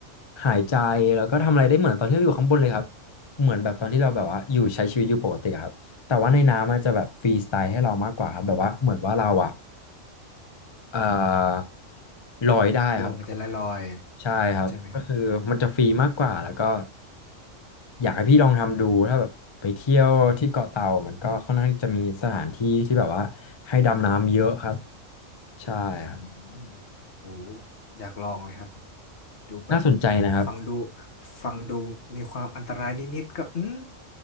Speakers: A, on the left; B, on the left.
A: หายใจแล้วก็ทำอะไรได้เหมือนตอนที่เราอยู่ข้างบนเลยครับเหมือนแบบตอนที่เราแบบว่าอยู่ใช้ชีวิตอยู่ปกติอะครับแต่ว่าในน้ำมันจะแบบฟรีสไตล์ให้เรามากกว่าครับแบบว่าเหมือนว่าเราอะ เอ่อลอยได้ครับ
B: ตัวมันจะลอยๆใช่ไหมฮะ
A: ใช่ครับก็คือมันจะฟรีมากกว่าแล้วก็อยากให้พี่ลองทำดูถ้าแบบไปเที่ยวที่เกาะเต่ามันก็ค่อนข้างที่จะมีสถานที่ที่แบบว่าให้ดำน้ำเยอะครับใช่ครับ
B: อืมโหอยากลองเลยครับดูแบบ
A: น่าสนใจนะครับ
B: ฟังดูฟังดูมีความอันตรายนิดๆก็อืม